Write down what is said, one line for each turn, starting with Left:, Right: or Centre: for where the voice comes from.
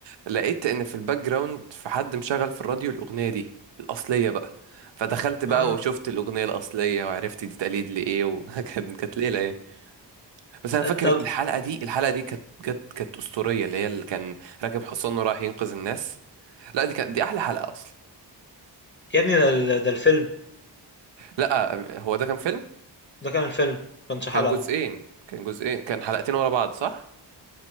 Right: لقيت ان في الباك جراوند في حد مشغل في الراديو الاغنيه دي الاصليه بقى فدخلت بقى
Left: اه
Right: وشفت الاغنيه الاصليه وعرفت دي تقليد لايه وكان <laughs> كانت ليله يعني بس انا فاكر
Left: طب
Right: الحلقه دي الحلقه دي كانت بجد كانت اسطوريه اللي هي اللي كان راكب حصان وراح ينقذ الناس لا دي كانت دي احلى حلقه اصلا
Left: يا ابني ده ال- ده الفيلم
Right: لا هو ده كان فيلم
Left: ده كان الفيلم كانش
Right: كان
Left: حلقة
Right: جزئين كان جزئين كان حلقتين ورا بعض صح